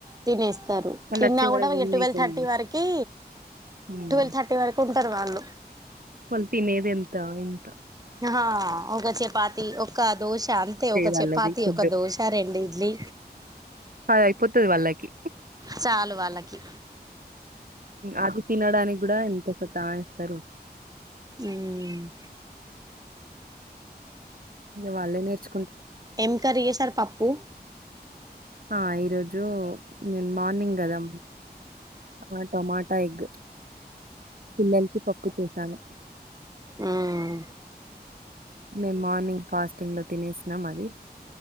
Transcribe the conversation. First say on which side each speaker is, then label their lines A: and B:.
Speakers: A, on the right; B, on the right.
A: తినేస్తారు
B: మళ్ళొచ్చే
A: తిన్నా
B: వరకు
A: కూడా మీ ట్వెల్వ్
B: అయితది
A: థర్టీ
B: గదా!
A: వరకి
B: హ్మ్.
A: ట్వెల్వ్ థర్టీ వరకు ఉంటారు వాళ్ళు
B: వాళ్ళు తినేదెంత ఇంత
A: హా ఒక చపాతి ఒక ఒక దోశ అంతే ఒక
B: వాళ్ళది
A: చపాతి
B: ఫుడ్
A: ఒక దోశ రెండు ఇడ్లీ
B: అది అయిపోతది వాళ్ళకి
A: చాలు వాళ్ళకి
B: అది తినడానికి కూడా ఎంత సతాయీస్తరు
A: హ్మ్
B: వాళ్ళే నేర్చు
A: ఏం కర్రీ చేసారు పప్పు
B: ఆ ఈరోజు నేను మార్నింగ్ కదా ఆ టమాటా ఎగ్ పిల్లలకి పప్పు చేశాను
A: మ్మ్
B: మేము మార్నింగ్ ఫాస్టింగ్ లో తినేసినాం అది